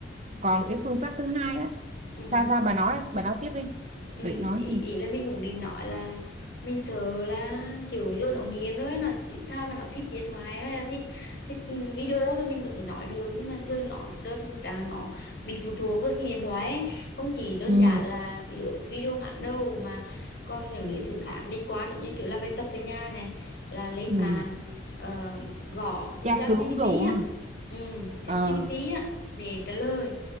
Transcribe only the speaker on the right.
Còn
cái phương pháp thứ hai á
sao sao bà nói bà nói tiếp đi
bà định nói
gì
ừ
ừ
tra
cứu đồ hả?
ờ